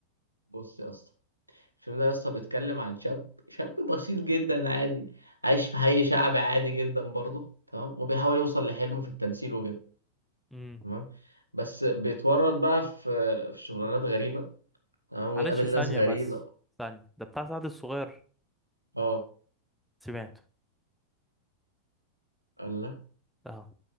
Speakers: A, on the right (about 85°); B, in the centre.
A: بص يا اسطى الفيلم ده يا اسطى بيتكلم عن شاب شاب بسيط جدا عادي عايش في حي شعبي عادي جدا برضه تمام وبيحاول يوصل لحلمه في التمثيل وكده
B: امم
A: تمام بس بيتورط بقى في في شغلانات غريبة تمام
B: معلش
A: ويقابل
B: ثانية
A: ناس غريبة
B: بس ثانية ده بتاع سعد الصغير
A: اه
B: سمعته
A: لا
B: اه